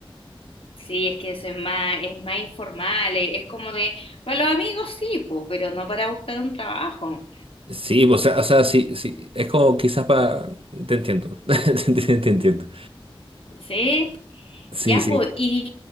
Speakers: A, on the left (about 75°); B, on the right (about 75°).
A: Sí, es que eso es más, es más informal, eh, es como de, para los amigos sí, po, pero no para buscar un trabajo.
B: Sí, pues, o sea, o sea, sí, sí. Es como quizás para... Te entiendo. <laughs> Te te- te entiendo.
A: Sí,
B: Sí,
A: ya,
B: sí.
A: pues, y,